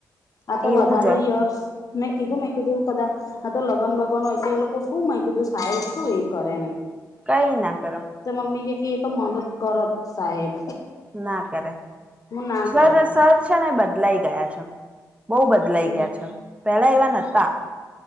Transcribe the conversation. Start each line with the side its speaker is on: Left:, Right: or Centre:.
Left: આ તો
Right: એવું
Left: વધારે
Right: જ
Left: યર્સ મેં કીધું, મેં કીધું કદા આ તો લગન બગન હોય તો એ લોકો શું મે કીધું સહાય શું એ કરે?
Right: કઈ ના કરે
Left: તો મમ્મી કે કે એતો મદત કરત સાહેબ.
Right: ના કરે.
Left: હું ના
Right: સર
Left: કરે
Right: સર છે ને બદલાઈ ગયા છે. બહુ બદલાઈ
Left: હમ
Right: ગયા છે. પેલા એવા નતા,